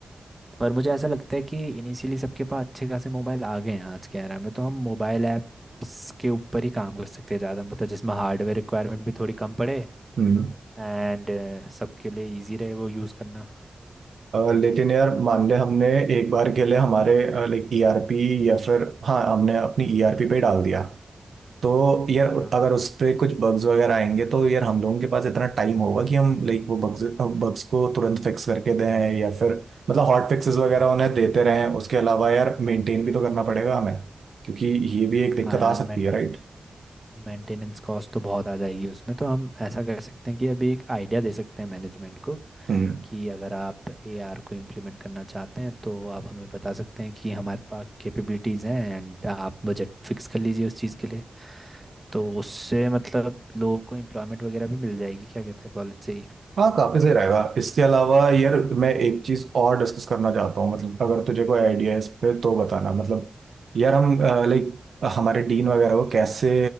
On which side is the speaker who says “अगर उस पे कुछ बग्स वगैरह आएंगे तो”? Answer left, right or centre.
Right